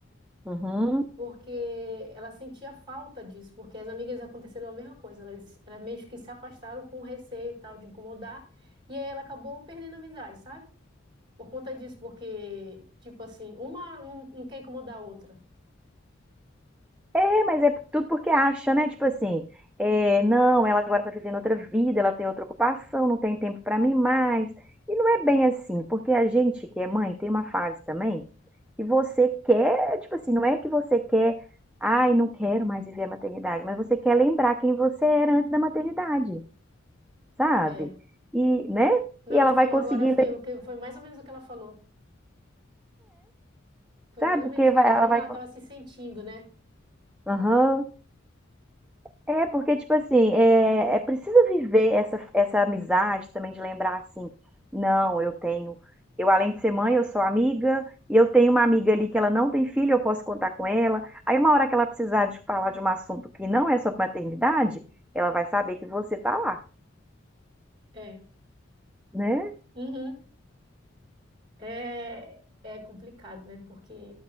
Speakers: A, in the centre; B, on the right.
A: Uhum.
B: Porque ela sentia falta disso, porque as amigas aconteceram a mesma coisa, elas, elas meio que se afastaram com receio e tal de incomodar, e aí ela acabou perdendo a amizade, sabe? Por conta disso, porque, tipo assim, uma não, não quer incomodar a outra.
A: É, mas é tudo porque acha, né? Tipo assim, é, não, ela agora tá vivendo outra vida, ela tem outra ocupação, não tem tempo pra mim mais. E não é bem assim, porque a gente que é mãe tem uma fase também que você quer, tipo assim, não é que você quer, ai, não quero mais viver a maternidade, mas você quer lembrar quem você era antes da maternidade, sabe?
B: É.
A: E, né?
B: Não,
A: E ela
B: tu
A: vai
B: falou
A: conseguir,
B: agora, foi,
A: né?
B: o que, foi mais ou menos o que ela falou. Foi
A: Sabe?
B: mais ou
A: Porque
B: menos que
A: vai-
B: ela,
A: ela
B: como
A: vai.
B: ela estava
A: co-
B: se sentindo, né?
A: Aham. É, porque, tipo assim, é, é preciso viver essa, essa amizade também, de lembrar assim, não, eu tenho, eu além de ser mãe, eu sou amiga, e eu tenho uma amiga ali que ela não tem filho, eu posso contar com ela. Aí uma hora que ela precisar de falar de um assunto que não é sobre maternidade, ela vai saber que você tá lá,
B: É.
A: né?
B: Uhum. É, é complicado, né? Porque